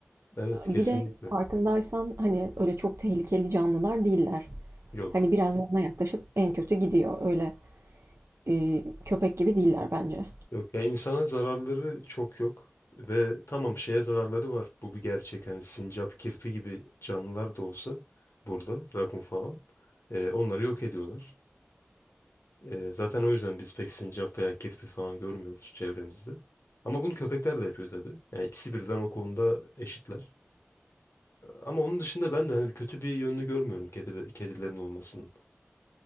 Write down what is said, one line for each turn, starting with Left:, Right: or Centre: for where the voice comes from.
Left: Evet
Right: bir
Left: kesinlikle.
Right: de farkındaysan, hani, öyle çok tehlikeli canlılar değiller.
Left: Yok.
Right: Hani, biraz yanına yaklaşıp en kötü gidiyor. Öyle, eee, köpek gibi değiller bence.
Left: Yok. Ya insana zararları çok yok. Ve tamam şeye zararları var. Bu bir gerçek. Hani sincap, kirpi gibi canlılar da olsa burada rakun falan. Ee, onları yok ediyorlar. Ee, zaten o yüzden biz pek sincap veya kirpi falan görmüyoruz çevremizde. Ama bunu köpekler de yapıyor tabii. Yani ikisi birden o konuda eşitler. Ama onun dışında ben de hani kötü bir yönünü görmüyorum kedi, kedilerin olmasının.